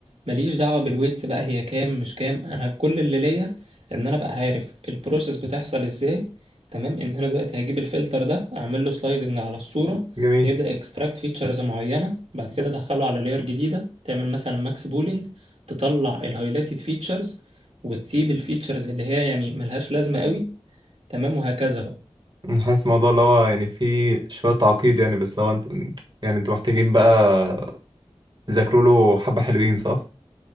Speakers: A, on the right; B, on the right.
A: ماليش دعوه بالويتس بقى هي كام مش كام انا كل اللي ليا ان انا ابقى عارف البروسيس بتحصل ازاي تمام ان انا دلوقتي هجيب الفلتر ده اعمل له سلايدنج على الصوره
B: جميل
A: يبدا اكستراكت فيتشرز معينه بعد كده ادخله على لاير جديده تعمل مثلا ماكس بولينج تطلع الهايلايتد فيتشرز وتسيب الفيتشرز اللي هي يعني ملهاش لازمه قوي تمام وهكذا بقى
B: أمم، حاسس الموضوع اللي هو يعني فيه شوية تعقيد يعني بس لو انتوا يعني انتوا محتاجين بقى تذاكروا له حبة حلوين صح؟